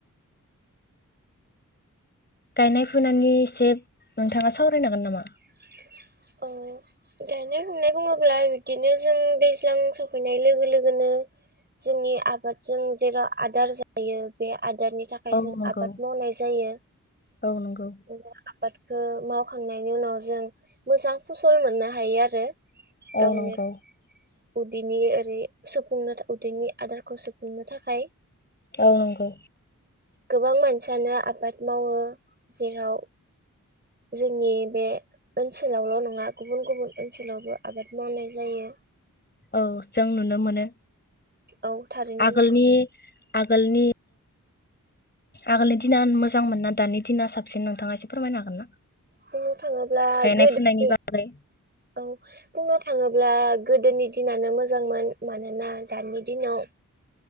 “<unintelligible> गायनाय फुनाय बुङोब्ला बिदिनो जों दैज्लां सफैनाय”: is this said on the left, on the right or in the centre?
Right